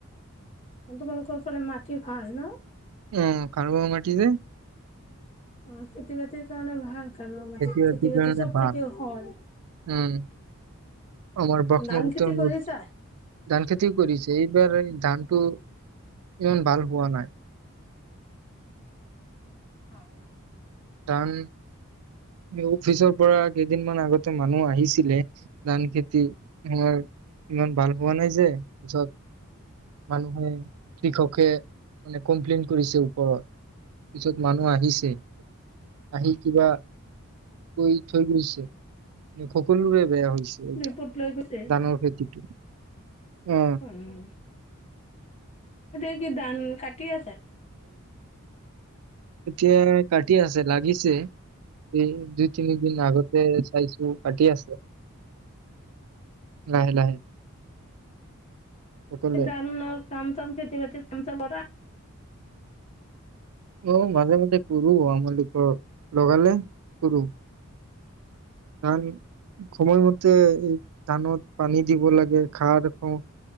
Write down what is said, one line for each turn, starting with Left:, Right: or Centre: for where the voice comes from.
Left: তোমালোকৰ ফালে মাটি ভাল ন?
Right: ওমম খাৰুৱা মাটি যে।
Left: অ খেতি বাতিৰ কাৰণে ভাল? খাৰুৱা মাটি
Right: খেতি বাতি কাৰণে
Left: চব
Right: ভাল
Left: খেতি হয়।
Right: উম আমাৰ ব্ৰক্ষ্মপুত্ৰ
Left: ধান খেতি কৰিছা?
Right: ধান খেতিও কৰিছে এইবাৰ ধানটো ইমান ভাল হোৱা নাই
Left: অ
Right: ধান অফিচৰ পৰা কেইদিনমান আগতে মানুহ আহিছিলে ধান খেতি আমাৰ ইমান ভাল হোৱা নাই যে যত মানুহে কি কব কে কমপ্লেইন কৰিছে ওপৰত পিছত মানুহ আহিছে আহি কিবা কৈ থৈ গৈছে ন সকলোৰে বেয়া হৈছে এই
Left: দুই পুত লৈ গৈছে।
Right: ধানৰ খেতিটো অ
Left: উম এতিয়া কি ধান কাটি আছে
Right: এতিয়া কাটি আছে লাগিছে এই দুই তিনিদিন আগতে চাইছো কাটি আছে লাহে লাহে সকলোৱে
Left: দানৰ কাম চাম খেতি বাতি চাম চ কৰা
Right: অ মাজে মাজে কৰো আমালপ লগালে কৰো ধান সময়মতে এই ধানত পানী দিব লাগে খা খো